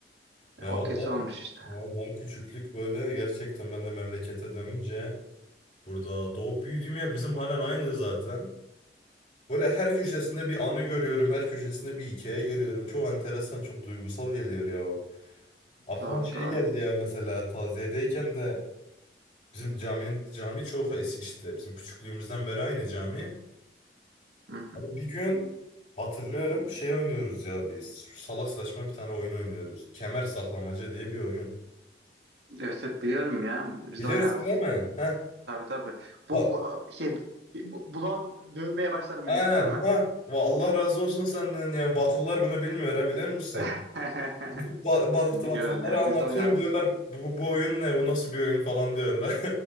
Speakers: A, on the left; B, on the right.
A: Ya
B: o
A: valla
B: kesin olmuş işte.
A: valla küçüklük böyle gerçekten ben de memlekete dönünce burada doğup büyüdüğüm yer bizim halen aynı zaten. Böyle her köşesinde bir anı görüyorum, her köşesinde bir hikaye görüyorum. Çok enteresan, çok duygusal geliyor ya. Aklıma
B: Doğru
A: şey
B: doğru.
A: geldi ya mesela taziyedeyken de bizim caminin cami çok es işte bizim küçüklüğümüzden beri aynı cami.
B: Hı hı.
A: Abi bir gün hatırlıyorum şey oynuyoruz ya biz. Şu salak saçma bir tane oyun oynuyoruz. Kemer saklamaca diye bir oyun.
B: Evet hep biliyorum ya. Biz
A: Biliyorsun
B: de oynardık.
A: değil mi? Heh.
B: Tabii tabii. Bu,
A: Ba-
B: bu- şey bu- bulan dövmeye başlar milleti
A: Aynen
B: değil mi?
A: ha. Va- Allah razı olsun senden ya. Batılılar bunu bilmiyor ha biliyor musun?
B: <laughs>
A: Gidip ba bat
B: Ben
A: Batılılara
B: biliyorum ya.
A: anlatıyorum
B: Biz de oynardık.
A: diyorlar bu, bu oyun ne bu nasıl bir oyun falan diyorlar.